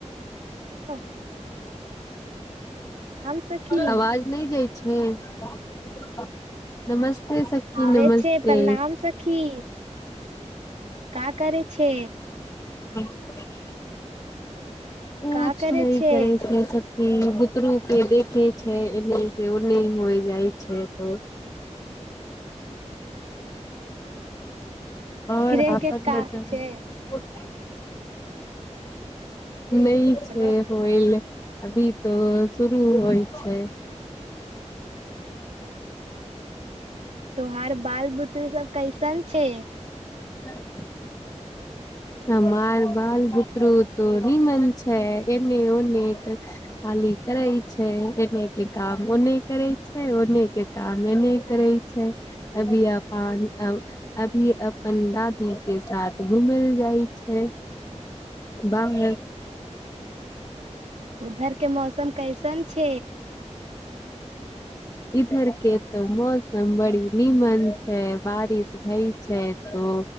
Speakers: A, on the right (about 70°); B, on the left (about 30°).
A: त। सखी
B: आवाज नहि जा। <unintelligible> नमस्ते।। सखी
A: हे
B: नमस्ते
A: छै परणाम सखी। का करे छै।
B: <unintelligible> कुछ
A: का करे
B: नहि
A: छै
B: करै छियै सखी बुतरू के देखे छै एने से ओने होइ जाइ छै त आओर
A: गृह
B: अपन
A: के काज
B: बता
A: छै
B: नहि छै
A: हेलो
B: होल अभी। त शुरू होइ छै।
A: त्यहार बाल बुत्र सब। कैसन छै।
B: <unintelligible> हमर बाल बुतरू त निमन छै एने ओने। खाली करै छै एने के काम ओने करै छै ओने के। कामे नहि करे छै अभी अपन अभी अपन दादी के साथ घूमे। जाइ छै बाहर।
A: उधर। के मौसम कैसन। छ।
B: इधर के तऽ मौसम बड़ी निीमन छै बारिश भई छै तो